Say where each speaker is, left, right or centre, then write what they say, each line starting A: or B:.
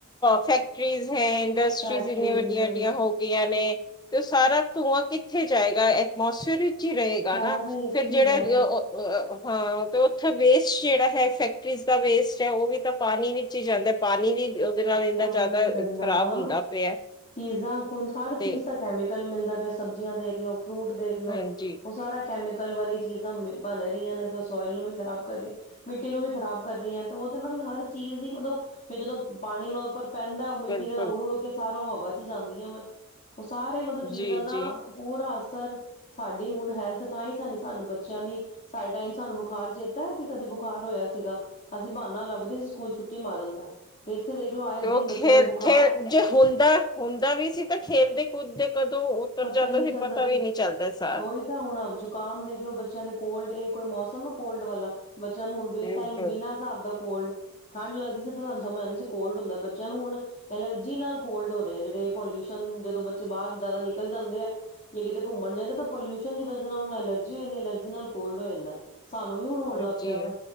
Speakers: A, on the left (about 20°); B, on the left (about 35°).
A: ਫੈਕ <unintelligible> ਫੀ <inaudible> ਹੈ ਇੰਡਸਟਰੀਜ਼
B: ਫੈਕਟਰੀਜ਼
A: ਇੰਨੀਆਂ ਵੱਡੀਆਂ
B: ਹਾਂਜੀ
A: ਵੱਡੀਆਂ ਹੋ ਗਈਆਂ ਨੇ। ਤੇ ਉਹ ਸਾਰਾ ਧੂੰਆਂ ਕਿੱਥੇ ਜਾਏਗਾ ਐਟਮੋਸਫੇਅਰ ਹੀ ਰਹੇਗਾ
B: ਸਾਰਾ
A: ਨਾ
B: ਹੀ ਇੱਥੇ
A: ਫੇਰ ਜਿਹੜਾ
B: ਹੀ ਜਾ
A: <unintelligible>
B: ਰਿਹਾ
A: ਹਾਂ ਤੇ ਉੱਥੇ ਵੇਸਟ ਜਿਹੜਾ ਹੈ ਫੈਕਟਰੀਜ਼ ਦਾ ਵੇਸਟ ਹੈ ਉਹ ਵੀ ਤਾਂ ਪਾਣੀ ਵਿੱਚ ਹੀ ਜਾਂਦਾ ਪਾਣੀ ਵੀ। ਉਹਦੇ ਨਾਲ ਇੰਨਾ
B: ਪਾਣੀ
A: ਜ਼ਿਆਦਾ
B: ਵੀ ਗੰਦਾ
A: ਖਰਾਬ
B: ਹਾਂ
A: ਹੁੰਦਾ ਪਿਆ ਹੈ।
B: ਚੀਜ਼ਾਂ ਕੋਣ ਹਰ ਚੀਜ਼
A: ਤੇ
B: ਦਾ ਕੈਮੀਕਲ ਮਿਲਦਾ ਪਿਆ ਸਬਜ਼ੀਆਂ ਦੇਖ ਲਓ। ਫਰੂਟ ਦੇਖਲੋ
A: ਹਾਂਜੀ
B: ਉਹ ਸਾਰਾ ਕੈਮੀ ਕੱਲ ਵਾਲੀਆਂ ਚੀਜ਼ਾਂ ਬਣ ਰਹੀਆਂ ਨੇ ਤਾਂ ਸੋਇਲ ਨੂੰ ਵੀ ਖ਼ਰਾਬ ਕਰ ਰਹੀਆਂ, ਮਿੱਟੀ ਨੂੰ ਵੀ ਖਰਾਬ ਕਰ ਰਹੀਆਂ ਤੇ ਉਹਦੇ ਨਾਲ ਹਰ ਚੀਜ਼ ਹੀ ਮਤਲਬ ਫਿਰ ਜਦੋਂ ਪਾਣੀ ਉੱਪਰ ਪੈਂਦਾ ਉਹ ਮਿੱਟੀ
A: ਬਿਲਕੁਲ
B: ਦਾ ਨਾਲ ਉੜ ਉੜ ਕੇ ਸਾਰਾ ਓ ਹਵਾ ਚ ਜਾਂਦੀ ਹ ਮੈਂ ਉਹ ਸਾਰੇ ਮਤਲਬ ਚੀਜ਼ਾਂ
A: ਜੀ
B: ਦਾ
A: ਜੀ
B: ਪੂਰਾ ਸਰ ਸਾਡੀ ਹੁਣ ਹੈਲਥ ਤਾਂ ਹੀ ਸਾਨ ਸਾਨੂੰ ਬੱਚਿਆਂ ਦੀ ਸਾਰੇ ਟਾਈਮ ਸਾਨੂੰ ਬੁਖਾਰ ਚੇਤਾ ਹੈ ਕਿ ਕਦੇ ਬੁਖਾਰ ਹੋਇਆ ਸੀਗਾ ਅਸੀਂ ਬਹਾਨਾ ਲੱਭਦੇ ਸੀ ਸਕੂਲ ਛੁੱਟੀ ਮਾਰਨ ਦਾ ਤੇ ਇੱਥੇ ਦੇਖਲੋ ਆਏ
A: ਉਹ
B: ਦਿਨ ਬੱਚਿਆਂ
A: ਖੇ
B: ਨੂੰ ਬੁਖਾਰ
A: ਖੇ ਜੇ ਹੁੰਦਾ ਹੁੰਦਾ ਵੀ ਸੀ ਤਾਂ ਖੇਲਦੇ ਕੂਦਦੇ ਕਦੋਂ ਉਤਰ
B: ਪਤਾ
A: ਜਾਂਦਾ
B: ਹੀ ਨਹੀ ਚੱਲਦਾ
A: ਪਤਾ
B: ਸੀ
A: ਵੀ ਨਹੀਂ ਚੱਲਦਾ ਸਾਹ
B: ਓਹੀ ਤਾਂ ਹੁਣ ਜ਼ੁਕਾਮ ਦੇਖਲੋ ਬੱਚਿਆਂ ਦੇ ਕੋਲਡ ਇਹ ਕੋਈ ਮੌਸਮ ਹੈ ਕੋਲਡ ਵਾਲਾ ਬੱਚਿਆਂ ਨੂੰ ਹੁਣ ਬੇ
A: ਬਿਲਕੁਲ
B: ਟਾਈਮ ਬਿਨਾਂ ਹਿਸਾਬ ਦਾ ਕੋਲਡ ਠੰਡ ਲੱਗਦੀ ਸੀ ਤੇ ਸਾਨੂੰ ਸਮਝ ਆਉਂਦੀ ਸੀ ਕੋਲਡ ਹੁੰਦਾ ਬੱਚਿਆਂ ਨੂੰ ਹੁਣ ਐਲਰਜੀ ਨਾਲ ਕੋਲਡ ਹੋ ਰਿਹਾ ਹੈ ਜਿਹੜੇ ਪੋਲਿਊਸ਼ਨ ਜਦੋਂ ਬੱਚੇ ਬਾਹਰ ਜ਼ਿਆਦਾ ਨਿਕ ਨਿਕਲ ਜਾਂਦੇ ਆ ਜਾ ਕਿਤੇ ਘੁੰਮਣ ਜਾਈਦਾ ਤਾਂ ਪੋਲਿਊਸ਼ਨ ਦੀ ਵਜ੍ਹਾ ਨਾਲ ਐਲਰਜੀ ਹੋ ਜਾਂਦੀ ਐਲਰਜੀ ਨਾਲ ਕੋਲਡ ਹੋ ਜਾਂਦਾ ਸਾਨੂੰ ਵੀ ਹੁਣ ਹੋਣ
A: ਹਾਂਜੀ
B: ਲੱਗ ਪਿਆ ਵਾ